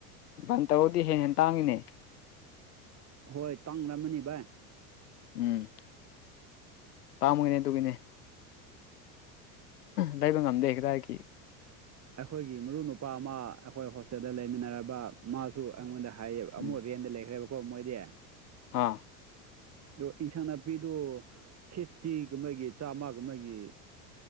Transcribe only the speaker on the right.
ꯍꯣꯏ ꯇꯥꯡꯅꯝꯃꯅꯤ ꯚꯥꯏ
ꯑꯩꯈꯣꯏꯒꯤ ꯃꯔꯨꯞ ꯅꯨꯄꯥ ꯑꯃ ꯑꯩꯈꯣꯏ ꯍꯣꯁꯇꯦꯜꯗ ꯂꯩꯃꯤꯟꯅꯔꯕ ꯃꯥꯁꯨ ꯑꯩꯉꯣꯟꯗ ꯍꯥꯏꯌꯦ ꯑꯃꯨꯛ
ꯔꯦꯟꯗ ꯂꯩꯈ꯭ꯔꯦꯕꯀꯣ ꯃꯣꯏꯗꯤ
ꯗꯣ ꯏꯟꯁꯥꯡꯅꯥꯄꯤꯗꯨ ꯐꯤꯐꯇꯤꯒꯨꯝꯕꯒꯤ ꯆꯥꯝꯃꯒꯨꯝꯕꯒꯤ